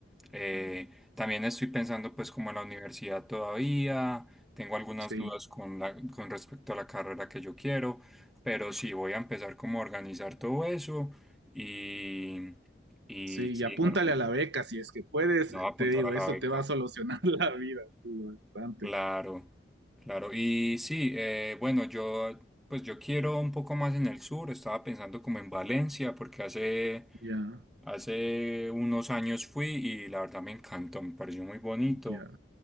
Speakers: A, in the centre; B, on the right.
A: eh, también estoy pensando pues como en la universidad todavía, tengo algunas
B: sí,
A: dudas con la, con respecto a la carrera que yo quiero, pero sí, voy a empezar como a organizar todo eso y, y
B: Sí,
A: sí,
B: y apúntale
A: claro, me
B: a la beca si es que puedes,
A: voy a apuntar
B: te digo,
A: a la
B: eso
A: beca.
B: te va a solucionar <laughs> la vida, sí, bastante.
A: Claro, claro. Y sí, eh, bueno, yo pues yo quiero un poco más en el sur, estaba pensando como en Valencia, porque hace,
B: Ya,
A: hace unos años fui y la verdad me encantó, me pareció muy bonito.
B: ya.